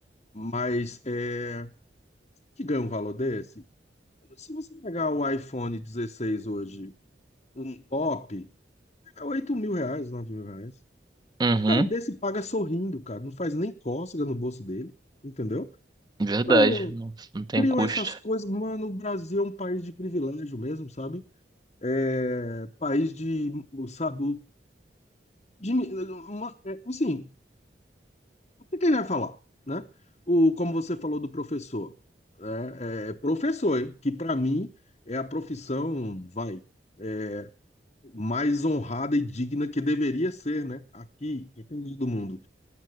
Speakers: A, on the left; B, on the right.
A: Mas é, que ganha um valor desse? Se você pegar o iPhone 16 hoje, um top, é 8 mil reais, 9 mil reais.
B: Uhum.
A: O cara desse paga sorrindo, cara. Não faz nem cócega no bolso dele, entendeu?
B: Verdade.
A: Então,
B: Não, não tem
A: criam
B: custo.
A: essas coisas. Mano, o Brasil é um país de privilégio mesmo, sabe? É, país de, sabe, de, mi- uma, é, assim, o que que ele vai falar, né? O, como você falou do professor, é, é é professor, hein? Que para mim é a profissão, vai, é, mais honrada e digna que deveria ser, né? Aqui, em todo do mundo.